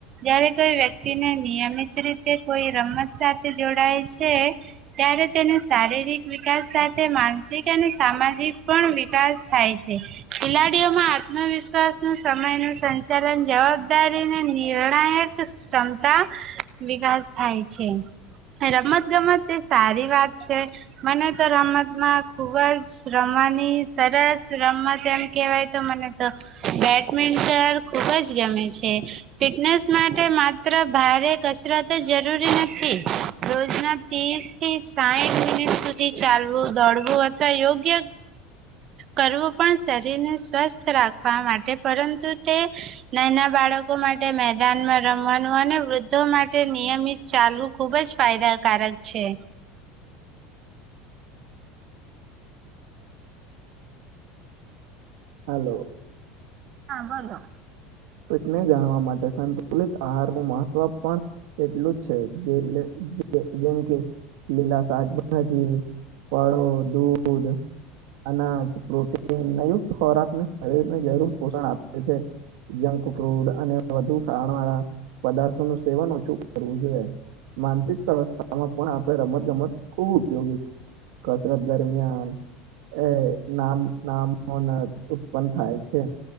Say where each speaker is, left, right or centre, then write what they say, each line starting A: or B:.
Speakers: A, on the right; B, on the right.
A: જારે કોઈ વ્યક્તિને નિયમિત રીતે કોઈ રમત સાથે જોડાય છે ત્યારે તેને શારીરિક વિકાસ સાથે અને સામાજિક પણ વિકાસ થાય છે ખેલાડીઓમાં આત્મવિશ્વાસ ન સમય નું સંચાલન જવાબદારી અને નિર્ણાયક ક્ષમતા વિકાસ થાય છે રમત ગમત તે સારી વાત છે મને તો રમત માં ખુબ જ રમવાની સરસ રમત એમ કેહેવાય તો મને તો બેડમિન્ટન ખુબજ ગમે છે ફિટનેસ માટે માત્ર ભારે કસરત જરૂરી નથી રોજના ત્રીસ થી સાઠ મિનિટ સુધી ચાલવું દોડવું અથવા યોગ્ય કરવું પણ શરીરને સ્વસ્થ રાખવા માટે પરંતુ તે નાના બાળકો માટે મેદાનમાં રમવાનું અને વૃદ્ધો માટે નિયમિત ચાલવું ખૂબ જ ફાયદાકારક છે
B: હલો
A: હા હલો
B: ફિટને જાણવા માટે સંતુલિત આહાર નું મહત્વ પણ એટલું જ છે જે જેમ કે લીલા શાકાભાજી ફળો દૂધ અનાજ પ્રોટીનયુક્ત ખોરાક શરીરને જરૂર પોષણ આપે છે જંક ફૂડ અને વધુ ખાણ વાળા પદાર્થોઓનું સેવન ઓછું કરવું જોઈએ માનસિક સંવસ્થામાં પણ આપણે રમત ગમત ખૂબ ઉપયોગી કસરત દરમિયાન એ નામ નામ ઓનર્ ઉત્પન્ન થાય છે